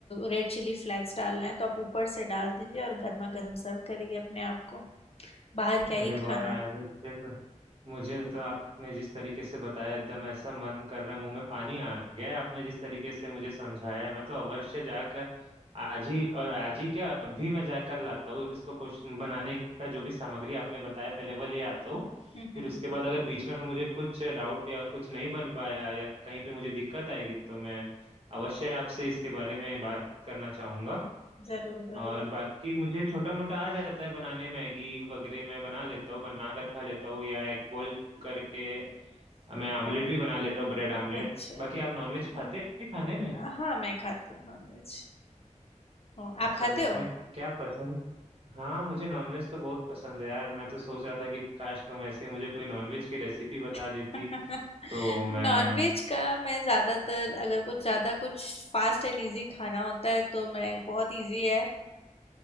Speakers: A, on the left; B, on the right.
A: रेड चिली फ्लेक्स डालना है तो आप ऊपर से डाल दीजिए और गर्मा गर्म सर्व करिए अपने आप को बाहर क्या
B: अरे
A: ही
B: वाह
A: खाना
B: यार मुझे तो मुझे तो आपने जिस तरीके से बताया एकदम ऐसा मन कर रहा है मुंह में पानी आ गया है आपने जिस तरीके से मुझे समझाया है मैं तो अवश्य जाकर आज ही और आज ही क्या अभी मैं जाकर लाता हूँ इसको क्वेश्चन बनाने का जो भी सामग्री आपने बताया पहले वो ले आता हूँ
A: हम्म
B: फिर
A: हम्म
B: उसके
A: हम्म,
B: बाद अगर बीच में मुझे कुछ डाउट या कुछ नहीं बन पाया या कहीं पे मुझे दिक्कत आएगी तो मैं अवश्य आपसे इसके बारे में बात करना चाहूंगा
A: जरूर जरूर
B: और बाकी मुझे छोटा मोटा आ जाता है बनाने मैगी वगैरह मैं बना लेता हूँ बना कर खा लेता हूँ या एग बॉईल करके मैं आमलेट
A: हाँ
B: भी बना लेता हूँ ब्रेड आमलेट
A: अच्छा
B: बाकी आप नॉनवेज
A: हम्म,
B: खाते हैं खाने में
A: हाँ मैं खाती हूँ नॉनवेज हाँ
B: अच्छा
A: आप खाते
B: उसमें
A: हो
B: क्या पसंद हाँ मुझे नॉनवेज तो बहुत पसंद है यार मैं तो सोच रहा था कि काश तुम ऐसे ही मुझे कोई नॉनवेज की रेसिपी बता
A: <laughs>
B: देती तो मैं
A: नॉनवेज का मैं ज़्यादातर अगर कुछ ज़्यादा कुछ फास्ट एंड इजी खाना होता है तो मैं बहुत इजी है